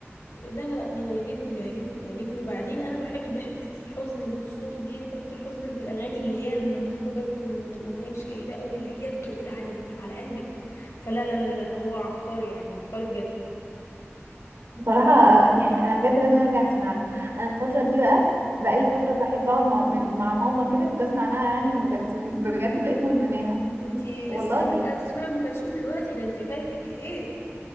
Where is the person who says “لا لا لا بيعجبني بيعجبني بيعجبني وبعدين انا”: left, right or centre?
Left